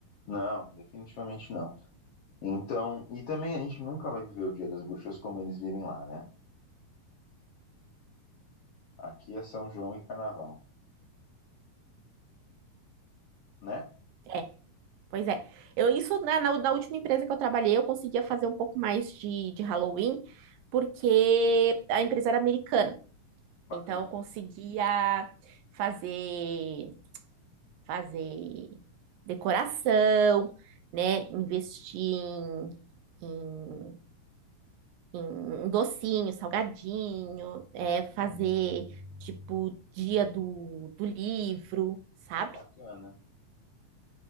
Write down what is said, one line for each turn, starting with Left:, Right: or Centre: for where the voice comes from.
Left: Não, definitivamente não. Então, e também a gente nunca vai viver o Dia das Bruxas como eles vivem lá, né? Aqui é São João e Carnaval, né?
Right: <laughs> Pois é. Eu, isso, né, na, na última empresa que eu trabalhei, eu conseguia fazer um pouco mais de, de Halloween, porque a empresa era americana.
Left: Bacana.
Right: Então, eu conseguia fazer, fazer decoração, né, investir em, em, em um docinho, salgadinho, é, fazer,
Left: Uhum.
Right: tipo, dia do, do livro, sabe?
Left: Bacana.